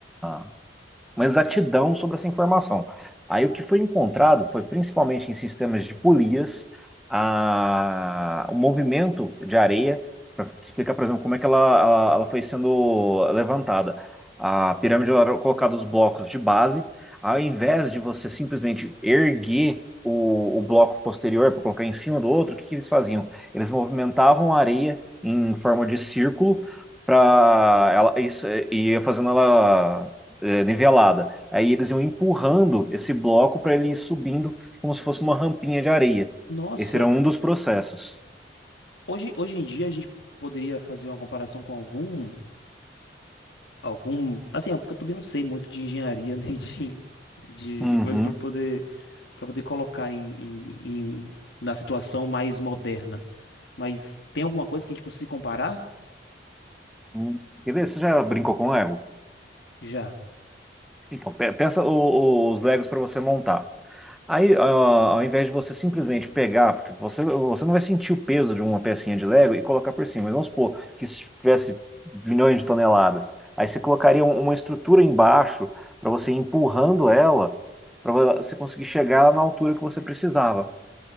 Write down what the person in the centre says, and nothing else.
ah, uma exatidão sobre essa informação. Aí o que foi encontrado foi principalmente em sistemas de polias, a, o movimento de areia, para explicar, por exemplo, como é que ela, ela, ela foi sendo levantada. A pirâmide era colocada os blocos de base, ao invés de você simplesmente erguer o, o bloco posterior para colocar em cima do outro, o que, que eles faziam? Eles movimentavam a areia em forma de círculo para ela isso, e ia fazendo ela é, nivelada. Aí eles iam empurrando esse bloco para ele ir subindo como se fosse uma rampinha de areia.
Esse era um dos processos.
Uhum.
Hum. Quer ver? Você já brincou com Lego?
Então, pe- pensa o- os Legos para você montar. Aí, ah, ao invés de você simplesmente pegar, porque você, você não vai sentir o peso de uma pecinha de Lego e colocar por cima. Mas vamos supor que se tivesse milhões de toneladas, aí você colocaria um- uma estrutura embaixo para você ir empurrando ela, para você conseguir chegar na altura que você precisava.